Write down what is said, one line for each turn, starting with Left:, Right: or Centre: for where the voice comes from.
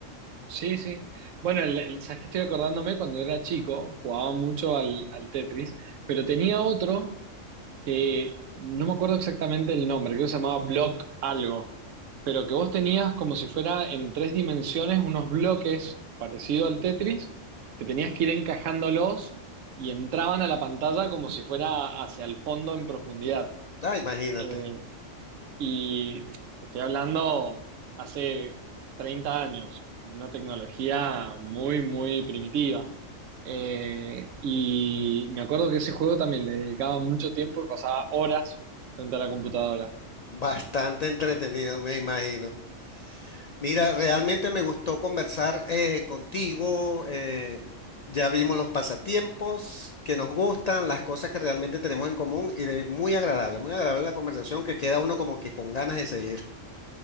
Right: sí. sí. Bueno, el- el- sabes que estoy acordándome cuando era chico, jugaba mucho al, al Tetris, pero tenía otro que no me acuerdo exactamente el nombre, creo que se llamaba Block algo, pero que vos tenías como si fuera en tres dimensiones unos bloques parecido al Tetris, que tenías que ir encajándolos y entraban a la pantalla como si fuera hacia el fondo en profundidad.
Left: Ah, imagínate,
Right: Eh, y te estoy hablando hace 30 años, una tecnología muy, muy primitiva. Eh, y me acuerdo que ese juego también le dedicaba mucho tiempo y pasaba horas frente a la computadora.
Left: bastante entretenido, me imagino. Mira, realmente me gustó conversar eh, contigo. eh, ya vimos los pasatiempos que nos gustan, las cosas que realmente tenemos en común y de- muy agradable, muy agradable la conversación que queda uno como que con ganas de seguir.